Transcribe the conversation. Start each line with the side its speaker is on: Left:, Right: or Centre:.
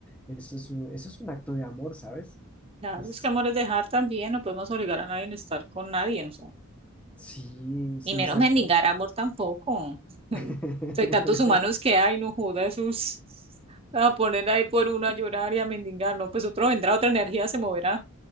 Centre: Eso es un, eso es un acto de amor, ¿sabes?
Right: Claro,
Centre: Es,
Right: es que amor es dejar también, no podemos obligar a nadie a estar con nadie, ¿no?
Centre: sí, sí,
Right: Y menos
Centre: exacto.
Right: mendigar amor tampoco. <laughs>
Centre: <laughs>
Right: Hay tantos humanos que hay, no joda esos. A poner ahí por uno a llorar y a mendigar, no, pues otro vendrá, otra energía se moverá.